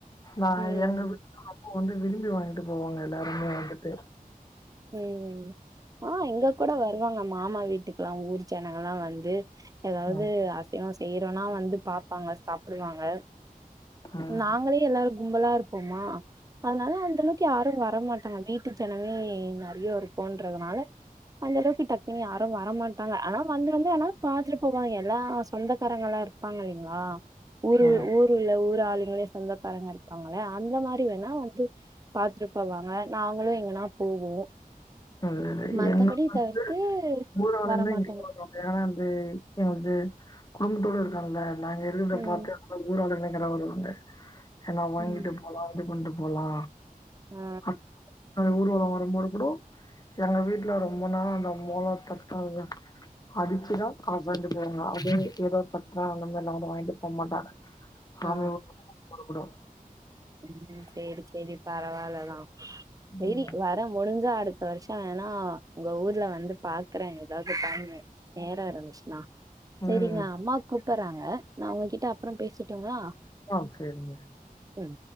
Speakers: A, on the left; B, on the right.
A: நா
B: ம்
A: எங்க வீட்ல அப்போ வந்து விரும்பி வாங்கிட்டு போவாங்க எல்லாருமே வந்துட்டு
B: ம் ம் ஆ இங்க கூட வருவாங்க மாமா வீட்டுக்கலா ஊர் ஜனங்கலா வந்து எதாவ்து
A: ம்
B: அசைவொ செய்றோனா வந்து பாப்பாங்க சாப்டுவாங்க
A: ம்
B: நாங்களே எல்லாருக் கும்பலா இருப்போமா அதனால அந்தளவுக்கு யாரு வரமாட்டாங்க வீட்டு ஜனமே நெறைய இருப்போன்றதனால அந்தளவுக்கு டக்குனு யாரு வரமாட்டாங்க ஆனா வந்து வந்து ஆனாப் பாத்துருப் போவாங்கே எல்லா சொந்தக்காரங்களாருக் ப்பாங்க இல்லைங்ளா ஊரு
A: ம்
B: ஊரு உள்ள ஊர் ஆளுங்களே சொந்தக்காரங்க இருப்பாங்கள அந்த மாரி வேணா வந்து பாத்துருப் போவாங்க நாங்களு எங்கனாப் போவோ
A: நல்லது
B: மத்தபடி
A: என்ன வந்து
B: தவிர்த்து
A: ஊராளுங்க
B: வரமாட்டோங்க
A: இங்க வருவாங்க ஏனா இந்து எங்கந்து குடும்பத்தோடு இருக்காங்கல்ல நாங்க இருந்தப்
B: ம்
A: பாத்தேனு ல ஊராளுங்க நெனைக்கிற ஒரு உண்டு ஏனா வாங்கிட்டுப்
B: ம்.
A: போலா இது பண்ட்டு போலா
B: ஆ
A: அப் அ ஊர்வல வரும்போது கூடோ எங்க வீட்ல ரொம்ப நாளா அந்த மோள தட்னதில்ல அடிச்சுதா அவ அந்த பேருனா அவபேரு எதோ தட்றா அந்தமேர்லா வந்து வாய்ன்ட்டு போமாட்டாங்க <unintelligible>
B: ஆ ம் சேரி சேரி பரவால்லதா சேரி
A: ம்.
B: வர முடிஞ்சா அடுத் த வருஷ வேணா உங்க ஊர்ல வந்துப் பாக்கறே எதாவ்து டைமு நேர இருந்துச்சுனா சேரிங்க
A: ம்.
B: அம்மா கூப்பர்றாங்க நா உங்ககிட்ட அப்றம் பேசுட்டுங்ளா
A: ஆ சேரிங்க
B: ம்